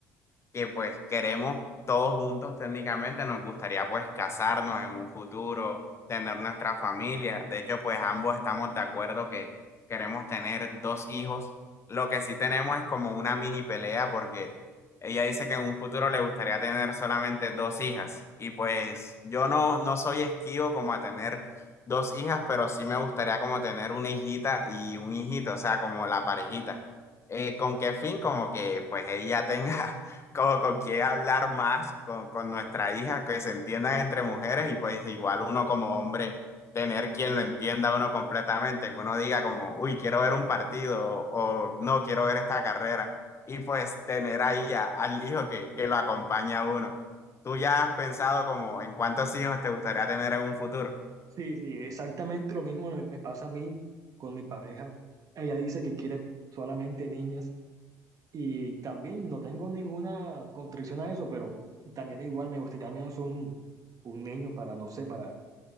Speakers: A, on the left; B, on the right.
A: que pues queremos todos juntos técnicamente, nos gustaría pues casarnos en un futuro, tener nuestra familia. De hecho, pues ambos estamos de acuerdo que queremos tener dos hijos. Lo que sí tenemos es como una mini pelea porque ella dice que en un futuro le gustaría tener solamente dos hijas. Y pues yo no, no soy esquivo como a tener dos hijas, pero sí me gustaría como tener una hijita y un hijito, o sea, como la parejita. Eh, ¿con qué fin? Como que pues ella <laughs> tenga como con qué hablar más con, con nuestra hija, que se entiendan entre mujeres y pues igual uno como hombre, tener quien lo entienda a uno completamente, que uno diga como, uy, quiero ver un partido o no, quiero ver esta carrera y pues tener ahí a- al hijo que, que lo acompaña a uno. ¿Tú ya has pensado como en cuántos hijos te gustaría tener en un futuro?
B: Sí, sí, exactamente lo mismo me me pasa a mí con mi pareja. Ella dice que quiere solamente niñas y también no tengo ninguna contradicción a eso, pero también igual me gustaría al menos un, un niño para, no sé, para